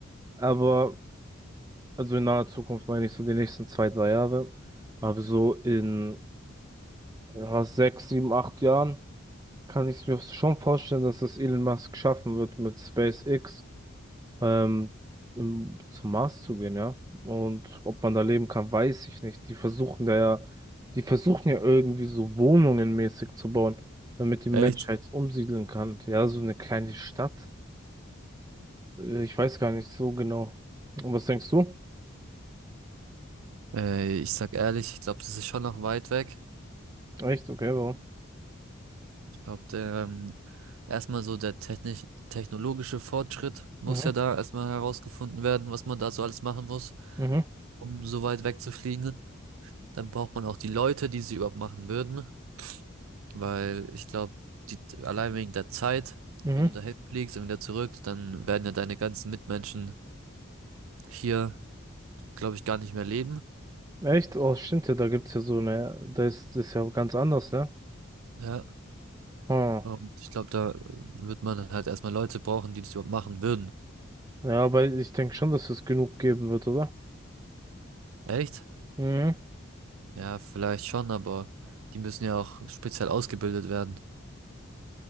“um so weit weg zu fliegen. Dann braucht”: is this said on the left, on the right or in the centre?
Right